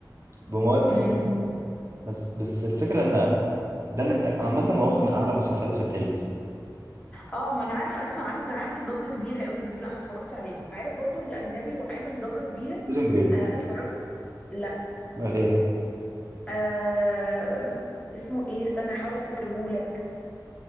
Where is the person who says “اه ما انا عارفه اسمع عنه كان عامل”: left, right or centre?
Left